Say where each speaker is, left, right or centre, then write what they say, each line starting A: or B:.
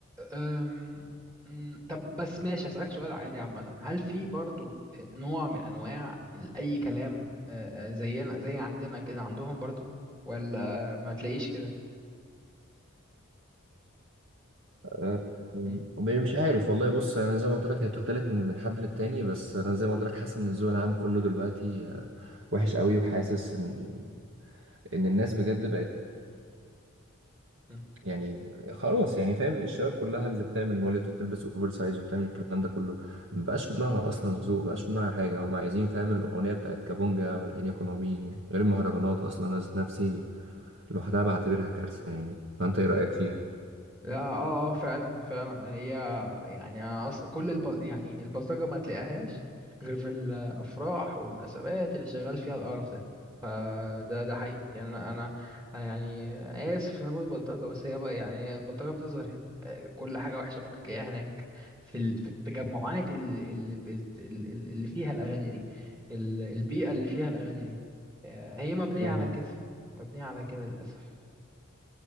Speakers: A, on the right (about 20°); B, on the right (about 60°).
A: أم... مم، طب بس ماشي هسألك سؤال عادي عامة هل في برضو نوع من أنواع ال- أي كلام آه، آه، زينا زي عندنا كده عندهم برضو ولا ما تلاقيش كده
B: آه،
A: مم.
B: آه، مش عارف والله بص انا زي ما قلت لك هي بتختلف من من حد للتاني بس انا زي ما قلت لك حاسس ان الذوق العام كله دلوقتي آه، وحش قوي وحاسس ان ان الناس بجد بقت
A: مم.
B: يعني خلاص يعني فاهم الشباب كلها اللي بتعمل مولد وبتلبس اوفر سايز وبتعمل الكلام ده كله ما بقاش في دماغها اصلا ذوق ما بقاش في دماغها حاجه هم عايزين فاهم الاغنيه بتاعت كابونجا ولا ان يكون هو مين غير المهرجانات اصلا انا ذات نفسي لوحدها بعتبرها كارثه يعني فانت ايه رايك فيها؟
A: لا اه اه فعلا فعلا هي يعني أنا أص... كل الب... يعني البلطجة ما تلاقيهاش غير في الأفراح والمناسبات اللي شغال فيها القرف ده فده ده حقيقي يعني أنا أنا أنا يعني آسف إن أنا بقول بلطجة بس هي بقى يعني هي البلطجة بتظهر هنا آه، كل حاجة وحشة ممكن تلاقيها هناك في ال... في التجمعات اللي اللي بت- اللي اللي فيها الأغاني دي ال- البيئة اللي فيها الأغاني دي آه، هي مبنية
B: فاهم
A: على كده مبنية على كده للأسف